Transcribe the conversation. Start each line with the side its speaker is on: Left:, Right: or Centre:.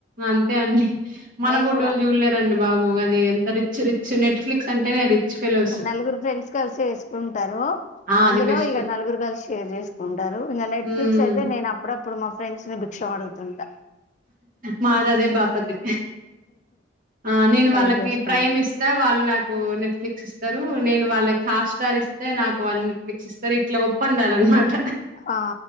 Right: అంతే అండి మన
Left: మేము
Right: బిడ్డోళ్ళు
Left: కూడా
Right: చూడలేరండి బబో అది ఎంత రిచ్ రిచ్ నెట్ఫ్లిక్స్ అంటేనే రిచ్ ఫెలోస్
Left: నలుగురు ఫ్రెండ్స్ కలిసి వేసుకుంటరు
Right: ఆ
Left: అందులో
Right: అది బెస్ట్
Left: ఇగ నలుగురు కలిసి షేర్ చేసుకుంటరు ఎప్పుడిగా నెట్ఫ్లిక్స్
Right: హ్మ్
Left: అయితే నేను అప్పుడప్పు మా ఫ్రెండ్స్ ని భిక్ష అడుగుతుంట
Right: మాదదే బాపతి ఆ నేను వాళ్ళకి
Left: ఏం చేస్తాం
Right: ప్రైమ్ ఇస్తా వాళ్ళు నాక్ కు నెట్ఫ్లిక్స్ ఇస్తారు నేను వాళ్ళకి హాట్ స్టార్ ఇస్తే నాకు వాళ్ళ నెట్ఫ్లిక్స్ ఇస్తారు ఇట్లా ఒప్పందాలన్నమాట
Left: ఆ